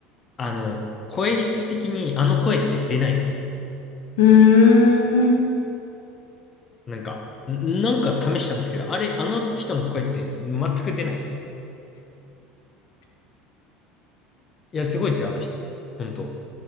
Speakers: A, on the left; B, on the left.
A: あの、声質的にあの声って出ないです。
B: うーん。
A: なんか、んなんか試したんですけど、あれ、あの人の声って全く出ないです。いや、すごいですよ、あの人。本当。